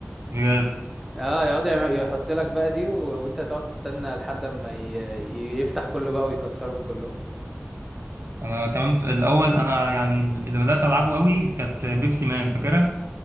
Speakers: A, on the right; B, in the centre.
A: بجد
B: اه يقعد يعمل- يحط لك بقى دي و... وانت هتقعد تستنى لحد اما ي... ي- يفتح كله بقى ويكسرهم كلهم
A: انا كمان في الاول انا يعني اللي بدات العبه قوي كانت بيبسي مان فاكرها